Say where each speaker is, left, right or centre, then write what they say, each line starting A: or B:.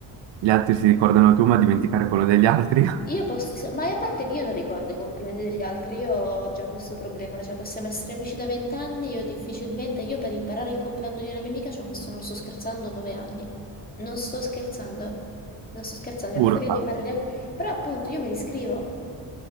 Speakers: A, on the right; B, on the left.
A: gli altri si ricordano tu, ma dimenticare quello degli altri?
B: Io posso, se- ma a parte che io non ricordo i compleanni degli altri, io ho già questo problema, cioè possiamo essere amici da vent'anni, io difficilmente, io per imparare il compleanno di una mia amica ci ho messo, non sto scherzando, nove anni. Non sto scherzando, non sto scherzando,
A: <laughs>
B: io
A: Urca,
B: ho furia di fare gli auguri, però appunto io me li scrivo,